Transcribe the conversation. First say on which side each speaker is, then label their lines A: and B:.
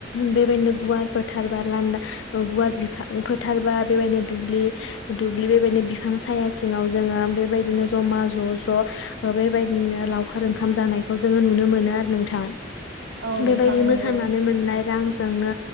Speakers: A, on the left (about 80°); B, on the right (about 70°).
A: बेबायदिनो गुवार फोथार बा लानदा गुवार बिफां फोथारबा बेबायदिनो दुब्लि दुब्लि बेबादिनो बिफां साया सिङाव जोङो बेबायदिनो जमा ज ज बेबायदिनो लावखार ओंखाम जानायखौ जोङो नुनो नुनो मोनो आरो नोंथां
B: औ नोंथां
A: बेबायदि
B: नंगौ
A: मोसानानै मोननाय रांजोंनो